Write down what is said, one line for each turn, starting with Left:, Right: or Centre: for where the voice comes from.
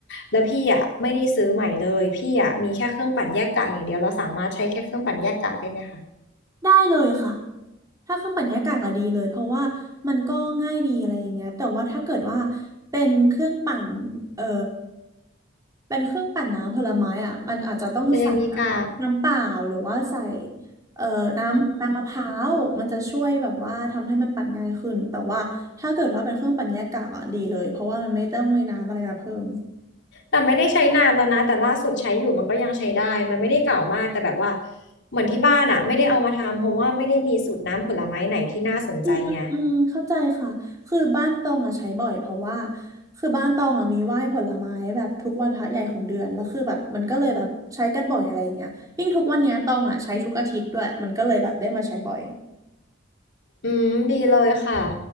Left: แล้วพี่อ่ะไม่ได้ซื้อใหม่เลยพี่อ่ะมีแค่เครื่องปั่นแยกกากอย่างเดียวเราสามารถใช้แค่เครื่องปั่นแยกกากได้ไหมคะ
Right: ได้เลยค่ะ ถ้าเครื่องปั่นหญ้ากากอะดีเลยเพราะว่ามันก็ง่ายดีอะไรอย่างเงี้ยแต่ว่าถ้าเกิดว่าเป็นเครื่องปั่นเอ่อเป็นเครื่องปั่นน้ำผลไม้อ่ะมันอาจจะต้องใส่แบบน้ำเปล่าหรือว่าใส่
Left: มันจะยังมีกาก
Right: เอ่อน้ำน้ำมะพร้าวมันจะช่วยแบบว่าทำให้มันปั่นง่ายขึ้น
Left: อืม
Right: แต่ว่าถ้าเกิดว่าเป็นเครื่องปั่นหญ้ากากอะดีเลย เพราะว่ามันไม่ต้องมีน้ำอะไรมาเพิ่ม
Left: แต่ไม่ได้ใช้นานแล้วนะแต่ล่าสุดใช้อยู่มันก็ยังใช้ได้มันไม่ได้เก่ามากแต่แบบว่าเหมือนที่บ้านอ่ะไม่ได้เอามาทำเพราะว่าไม่ได้มีสูตรน้ำผลไม้ไหนที่น่าสนใจไง
Right: อืมอืมอืมเข้าใจค่ะคือบ้านตองอ่ะใช้บ่อยเพราะว่าคือบ้านตองอ่ะมีไหว้ผลไม้แบบทุกวันพระใหญ่ของเดือนแล้วคือแบบมันก็เลยแบบใช้กันบ่อยอะไรอย่างเงี้ยยิ่งทุกวันเนี้ยตองอ่ะใช้ทุกอาทิตย์ด้วยมันก็เลยแบบได้มาใช้บ่อย
Left: อืมดีเลยค่ะ